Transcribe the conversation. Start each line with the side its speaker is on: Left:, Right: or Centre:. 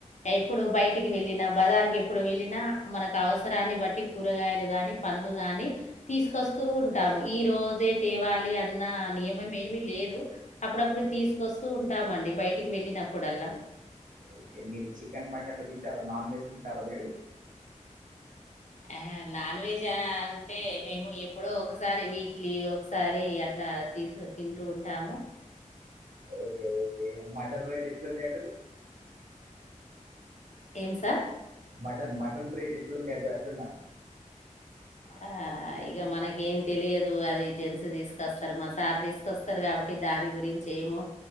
Left: ఎప్పుడు బయటికి వెళ్ళి వెళిన బజారుకెప్పుడు వెళ్ళిన మనకు అవసరాన్ని బట్టి కూరగాయలు గాని, పళ్ళు గాని తీస్ తీసుకొస్తూ ఉంటాము. ఈ రోజే తేవాలి అన్న నియమమేమీ లేదు. అప్పుడప్పుడు తీసుకొస్తూ ఉంటామండి, బయటికి వెళ్ళినప్పుడల్లా.
Right: ఓకే మీరు చికెన్ మటన్ లో తింటారా నాన్ వెజ్ తింటారా మీరు
Left: హా నాన్ వేజా అంటే మేము ఎప్పుడో ఒకసారి. వీక్లీ ఒకసారి అట్లా తీసు తింటూ ఉంటాము.
Right: ఓకే ఓకే మటన్ రేట్ ఇట్ల ఎంతట
Left: ఏం సార్
Right: మటన్ మటన్ బీట్ ఇట్ట అట్న్నా
Left: ఆ ఇగ మనకేం తెలియదు అది జెన్స్ తీసుకొస్తరు. మా సార్ తీసుకొస్తరు కాబట్టి దాని గురించేమో